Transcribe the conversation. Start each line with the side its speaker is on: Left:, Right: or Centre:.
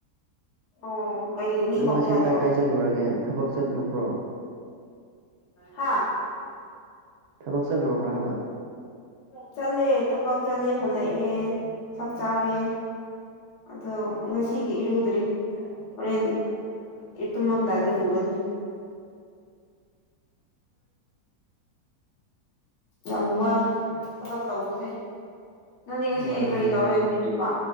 Left: ꯑꯣ ꯀꯩꯒꯤ ꯃꯤ
Right: ꯅꯪ
Left: ꯀꯧꯕ
Right: ꯉꯁꯤ
Left: ꯌꯥꯗ꯭ꯔꯣ
Right: ꯀꯥꯏ ꯀꯥꯏ ꯆꯠꯂꯨꯔꯒꯦ ꯊꯕꯛ ꯆꯠꯂꯨꯕ꯭ꯔꯣ
Left: ꯍꯥꯥ
Right: ꯊꯕꯛ ꯆꯠꯂꯨꯔꯕ꯭ꯔꯥ ꯍꯥꯏꯕ
Left: ꯆꯠꯂꯦ ꯊꯕꯥꯛ ꯆꯠꯂꯦ ꯍꯜꯂꯛꯑꯦ ꯆꯥꯛ ꯆꯥꯔꯦ ꯑꯗꯣ ꯉꯁꯤꯒꯤ ꯏꯔꯨꯗ꯭ꯔꯤ ꯍꯣꯔꯦꯟ ꯏ ꯇꯨꯝꯃꯝ ꯗꯥꯏꯗ ꯂꯨꯒꯅꯤ ꯌꯥꯝ ꯋꯥꯏ ꯊꯕꯛ ꯇꯧꯕꯁꯦ ꯅꯪꯗꯤ ꯉꯁꯤ
Right: ꯋꯥꯔꯝꯅꯤꯅꯦ
Left: ꯀꯔꯤ ꯇꯧꯔꯦ ꯅꯨꯃꯤꯠ ꯆꯨꯞꯄ